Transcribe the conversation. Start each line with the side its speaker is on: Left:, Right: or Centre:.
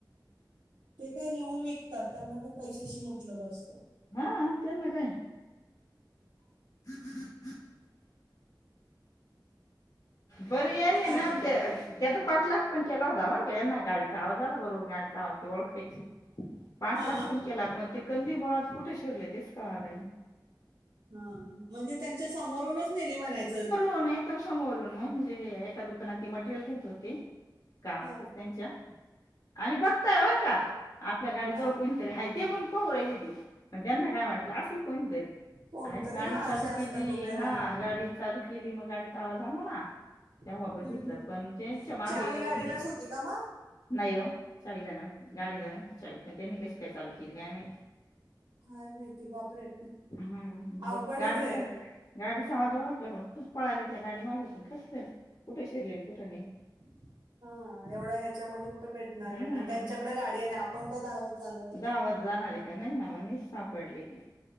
Right: ते काय नेऊन विकतात त्यांना काय पैशाशी मतलब असत.
Left: हा त्यांना काय? <inaudible> बर यांनी ना
Right: अजून
Left: ते त्याचा पाठलाग पण केला होता बर यांना गाडीचा आवाज आला बरोबर गाडीचा आवाज ते ओळखायची पाठलाग
Right: हा
Left: पण केला पण ते गल्ली बोळात कुठे शिरले तेच कळाल नाही.
Right: हा म्हणजे त्यांच्या समोरूनच नेली म्हणायचं.
Left: हो ना एकदम समोरून म्हणजे एका दुकानात ते मटेरियल घेत होते कामातच
Right: हा
Left: त्यांच्या आणि बघ का बर का आपल्या गाडीजवळ
Right: हा
Left: कोणीतरी हाय ते पण पाहू राहिले होते. पण त्यांना काय वाटलं असेल कोणीतरी
Right: कोणतरी
Left: आणि गाडी
Right: हा
Left: चालू
Right: असे असतात
Left: केली
Right: उभे राहणार
Left: हा
Right: आहे
Left: गाडी चालू केली म गाडीचा आवाज आला ना तेव्हा
Right: हम्म
Left: बघितलं
Right: हम्म
Left: पण तेच्या मागे
Right: चावी
Left: येऊन
Right: गाडीलाच होती का मग
Left: नाही ओ. चावीला नव्ह गाडीला नव्हती चावी पण त्यांनी कशी काय चालू केली काय माहिती?
Right: काय माहिती? अ हं बापरे
Left: हम्म
Right: अवघडच
Left: मग गाडीचा
Right: आहे.
Left: गाडीचा आवाज ओळखला पण खूप पळाले त्या गाडीमागे पण कशी कुठे शिरले अण कुठे नाही.
Right: <inaudible> हा एवढं ह्याच्यामध्ये कुठं भेटणारयं
Left: हम्म
Right: आणि त्यांच्याकडे गाडी आहे आणि आपण का धावत जाणार त्यांच्यापाठी.
Left: गावात जाणार का नाही ना मनिष साप पडलेली